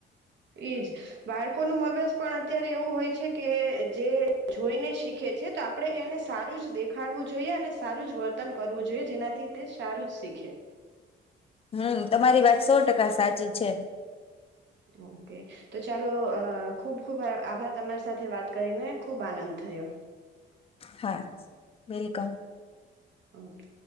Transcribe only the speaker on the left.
હમ તમારી વાત સો ટકા સાચી છે.
હા વેલકમ